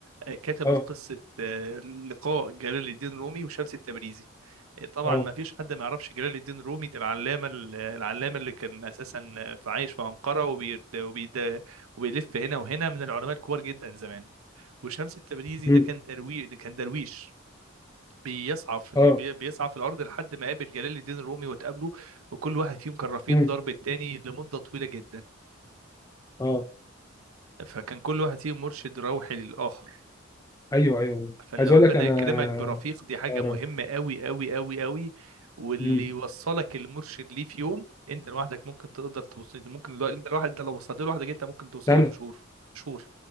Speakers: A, on the right; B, on the left.
A: آه، كتبت
B: اه
A: قصه آه، لقاء جلال الدين رومي وشمس التبريزي آه، طبعا
B: اه
A: ما فيش حد ما يعرفش جلال الدين رومي ده العلامه ال- العلامه اللي كان اساسا في- عايش في انقره وبي وبي وبيلف هنا وهنا من العلماء الكبار جدا زمان وشمس التبريزي
B: مم،
A: ده كان ترويج ده كان درويش بيسعى في ال...
B: اه
A: بي- بيسعى في الارض لحد ما قابل جلال الدين الرومي وتقابله وكل واحد فيهم كان رفيق
B: مم،
A: درب التاني لمده طويله جدا
B: اه
A: فكان كل واحد فيهم مرشد روحي للاخر
B: ايوه ايوه
A: فان
B: عايز
A: ربنا
B: اقول لك انا
A: يكرمك برفيق دي حاجه
B: أقرب.
A: مهمه قوي قوي قوي قوي واللي
B: مم.
A: يوصلك المرشد ليه في يوم انت لوحدك ممكن تقدر توصل ممكن لو... انت لوحدك انت لو وصلت له لوحدك انت ممكن توصل
B: سنه
A: له في شهور شهور